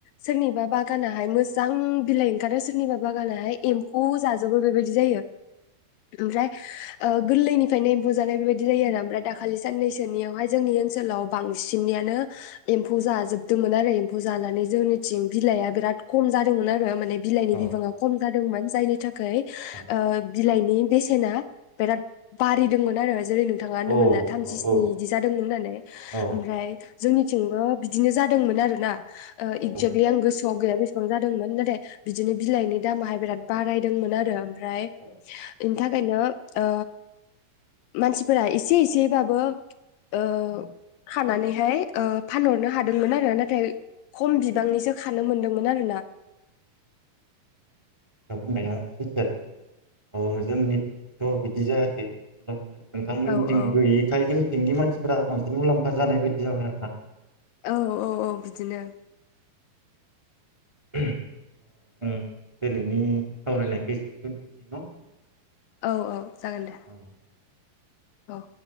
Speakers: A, on the left; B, on the right.
A: सोरनिबा बागानहाय मोजां बिलाइ ओंखारो सोरनिबा बागानहाय एम्फौ जाजोबो बेबायदि जायो ओमफ्राय ओ गोरलैनिफ्रायनो एम्फौ जानाय बेबायदि जायो आरो ओमफ्राय दा खालि साननैसोनियाव हाय जोंनि ओन्सोलाव बांसिननियानो एम्फौ जाजोबदोंमोन आरो एम जानानै जोंनिथिं बिलाइआ बिराद कम जादोंमोन आरो माने बिलाइनि
B: औ
A: बिबाङा कम जादोंमोन जायनि थाखा <unintelligible>
B: औ
A: ओ बिलाइनि बेसेना बेराद बारिदोंमोन आरो। जेरै नोंथाङा होनदोंमोनना
B: औ
A: थामजिस्नि
B: औ
A: इदि जादों होननानै
B: औ
A: ओमफ्राय जोंनि थिंबो बिदिनो जादोंमोन आरोना ओ एकजागलि
B: औ
A: आं गोसोआव गैया बेसेबां जादोंमोन नाथाय बिदिनो बिलाइनि दामाहाय बिराद बारायदोंमोन आरो। फ्राय
B: नोंथां
A: बेनि थाखायनो ओ मानसिफोरा एसे एसेबाबो ओ खानानैहाय ओ फानहरनो हादोंमोन आरो नाथाय खम बिबांनिसो खानो मोनदोंमोन आरोना।
B: नों बुंनाया सैथोआनो अ जोंनि <unintelligible> ' बिदि जायाखै <unintelligible> नोंथांमोननिथिं
A: औ औ
B: गैयिखाय जोंथिंनि मानसिफोरा बां मुलाम्फा जानाय बायदि जाबाय आरोना?
A: औ औ औ बिदिनो।
B: उम दिनैनि सावरायनायखो <unintelligible> दोनथसै न'?
A: औ औ जागोन दे
B: औ
A: औ।